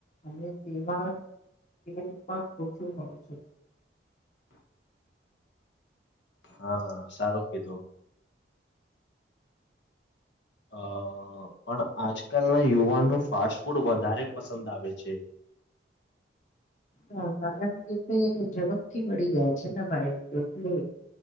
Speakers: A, on the left (about 40°); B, on the left (about 80°).
A: અને તેમાં એ પણ પૂછું મળ છે
B: <inaudible> હા સારું કીધું આ પણ આજકાલના યુવાનો ફાસ્ટ ફૂડ વધારે પસંદ આવે છે
A: હા કારણ કે તે ઝડપથી વી જાય છે ને ભાઈ રીતે એટલે